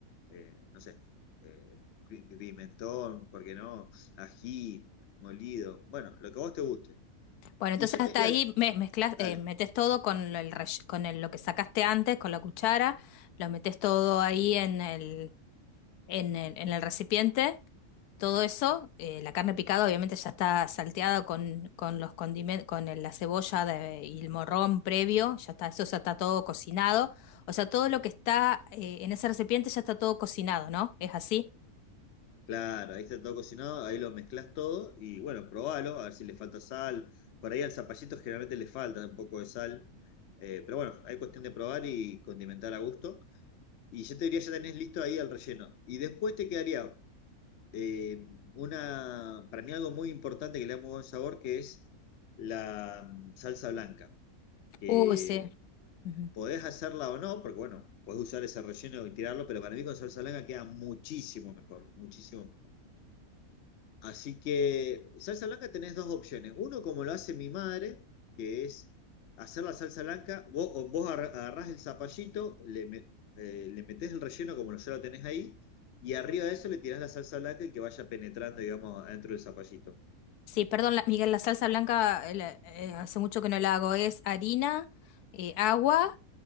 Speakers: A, on the left; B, on the left.
A: eh, no sé, eh, pi- pimentón, ¿por qué no? Ají, molido, bueno, lo que a vos te guste.
B: Bueno, entonces
A: Y yo
B: hasta
A: te diría,
B: ahí me, mezclas,
A: dale,
B: eh, metes todo con, el, rell- con el- lo que sacaste antes, con la cuchara, lo metes todo ahí en el, en el, en el recipiente todo eso, eh, la carne picada obviamente ya está salteada con, con los condimentos, con el- la cebolla de- y el morrón previo, ya está, eso ya está todo cocinado. O sea, todo lo que está eh, en ese recipiente ya está todo cocinado, ¿no? ¿Es así?
A: claro, ahí está todo cocinado, ahí lo mezclás todo y bueno, probalo, a ver si le falta sal. Por ahí al zapallito generalmente le falta un poco de sal, eh, pero bueno, hay cuestión de probar y condimentar a gusto. Y yo te diría, ya tenés listo ahí el relleno. Y después te quedaría eh, una, para mí algo muy importante que le da muy buen sabor, que es la mm, salsa blanca, que
B: Uy, sí. Ujú.
A: podés hacerla o no, porque bueno, podés usar ese relleno y tirarlo, pero para mí con salsa blanca queda muchísimo mejor, muchísimo. Así que salsa blanca tenés dos opciones. Uno, como lo hace mi madre, que es hacer la salsa blanca. Vos, o vos agarra- agarrás el zapallito, le, me- eh, le metés el relleno como ya lo tenés ahí, y arriba de eso le tirás la salsa blanca y que vaya penetrando, digamos, adentro del zapallito.
B: Sí, perdón, la- Miguel, la salsa blanca eh, la- eh, hace mucho que no la hago. Es harina, eh, agua,